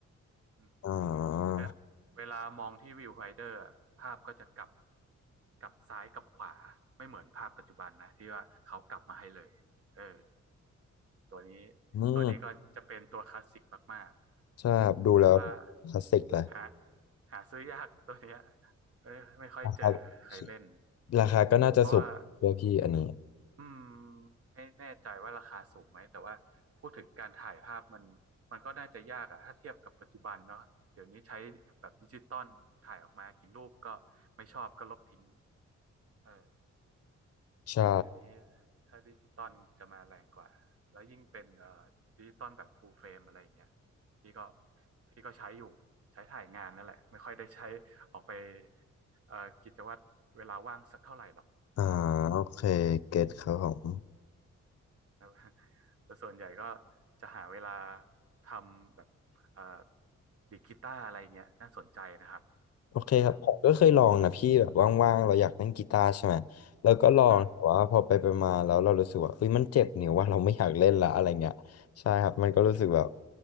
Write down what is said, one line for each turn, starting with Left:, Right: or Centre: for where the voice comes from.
Right: อืม
Left: อ่า
Right: เวลาเวลามองที่วิวไฟเดอร์อะภาพก็จะกลับกลับซ้ายกลับขวาไม่เหมือนภาพปัจจุบันนะที่ว่าเขากลับมาให้เลยเออตัวนี้
Left: อืม
Right: ตัวนี้ก็จะเป็นตัวคลาสสิกมาก
Left: ใช่ครับดูแล้ว
Right: ๆแต่ว่า
Left: คลาสสิกเลย
Right: หาหาซื้อยากตัวเนี้ยไม่ไม่ค่อยเจอใครเล่น
Left: นะครับราคาก็น่าจะสูงด้วยพี่อันนี้
Right: เพราะว่า อืมไม่แน่ใจว่าราคาสูงไหมแต่ว่าพูดถึงการถ่ายภาพมันมันก็น่าจะยากอะถ้าเทียบกับปัจจุบันเนาะเดี๋ยวนี้ใช้แบบดิจิตอลถ่ายออกมากี่รูปก็ไม่ชอบก็ลบทิ้งเออ
Left: ใช่
Right: เดี๋ยวนี้ถ้าดิจิตอลจะมาแรงกว่าแล้วยิ่งเป็นเอ่อดิจิตอลแบบฟูลเฟรมอะไรอย่างเงี้ยพี่ก็พี่ก็ใช้อยู่ใช้ถ่ายงานนั่นแหละไม่ค่อยได้ใช้ออกไปเอ่อกิจวัตรเวลาว่างสักเท่าไหร่หรอก
Left: อ่า
Right: อืม
Left: โอเคเก็ตครับผม
Right: ครับ แต่ส่วนใหญ่ก็จะหาเวลาทำแบบเอ่อดีดกีตาร์อะไรเงี้ยน่าสนใจนะครับ
Left: โอเคครับผมก็เคยลองนะพี่แบบว่างๆเราอยากเล่นกีตาร์ใช่ไหมแล้วก็ลองแต่ว่าพอไปไปมาแล้วเรารู้สึกว่าเฮ้ยมันเจ็บนิ้วว่าเราไม่อยากเล่นละอะไรเงี้ยใช่ครับมันก็รู้สึกแบบ
Right: อืมอืมอืม